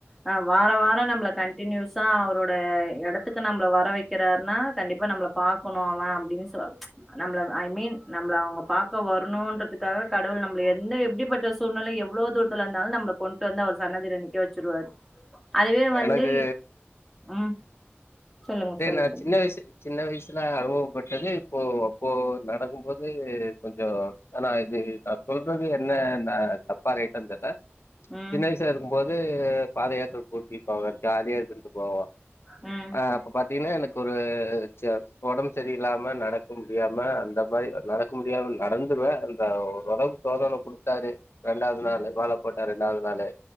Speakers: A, in the centre; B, on the left (about 65°).
A: அ வாரோ வாரோ நம்மள கண்டினியூஸா அவரோட இடத்துக்கு நம்மள வர வைக்கிறாருனா கண்டிப்பா நம்மள பாக்கணு அவன் அப்பிடின்னு சொ நம்மள ஐ மீன் நம்மள அவங்க பாக்க வரணும்ன்றதுக்காக கடவுள் நம்மள எந்த எப்பிடிப்பட்ட சூழ்நிலை எவ்வளவு தூரத்துல இந்தாலும் நம்மள கொண் ட்டு வந்தா அவரு சன்னதில நிக்கவச்சிருவாரு அதுவே வந்து
B: எனக்கு
A: ம் சொல்லுங்க
B: அது
A: சொல்லு
B: என்ன
A: சொல்லு
B: சின்ன வைசு சின்ன வைஸ் எல்ல அனுபவப்பட்டது இப்போ அப்போ நடக்கும் போது கொஞ்சோ ஆனா இது நா சொல்றது என்ன னா தப்பா ரைட்டான் தெர்ல
A: ம்
B: சின்ன வைசா இருக்கும் போது வந்து பாதயாத்திர கூட்டிட் போவ ஜாலியா இழுத்துகிட்டு போவோ
A: ம்
B: ஆ அப்ப பாத் திங்னா எனக்கு ஒரு சே ஒடம் செரியில்லாம நடக்க முடியாம அந்த மாரி அ நடக்க முடியாம நடந்துருவ அந்த ஓரளவுக்கு சோதன குடுத்தாரு ரெண்டாவது
A: ம்
B: நாளு மால போட் ட ரெண்டாவது நாளே